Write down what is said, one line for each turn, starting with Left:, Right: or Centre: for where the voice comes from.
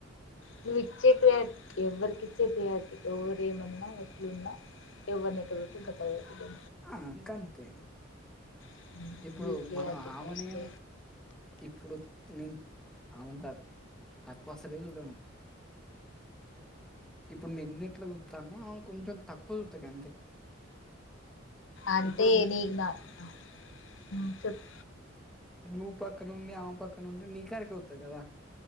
Left: నువ్వు ఇచ్చే ప్రయాటి ఎవ్వరికి ఇచ్చే ప్రియాతి ఎవర ఏమన్నా ఎట్లు ఉన్నా ఎవరు లెక్కపెట్టే ఇంకా కప్ప
Centre: ఆ గంతే
Left: చాలు
Centre: ఇప్పుడు
Left: ఈ ప్రియారిటీ
Centre: మనం ఆమెనే
Left: ఫస్ట్
Centre: ఇప్పుడు నెన్ అమెను తక్ తక్కువసలే చూడను ఇప్పుడు నిన్నే ఎట్లా చూతానో ఆమెను కొంచెం తక్కువ చూస్తా గంతే
Left: అంటే
Centre: ఇప్పుడు ను-
Left: నీకు నా ఉ చెప్పు
Centre: నువ్వు పక్కన ఉండి ఆమె పక్కన ఉండి నీ కాడికే వత్త కదా